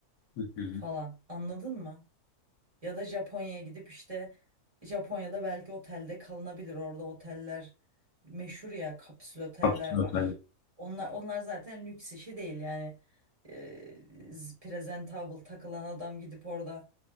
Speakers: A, on the left; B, on the right.
A: hı. hı.
B: falan. Anladın mı? Ya da Japonya'ya gidip işte Japonya'da belki otelde kalınabilir. Orada oteller meşhur ya kapsül oteller
A: Absolut
B: var. Onlar onlar zaten lüks işi değil yani. Ee, z- presentable takılan adam gidip orada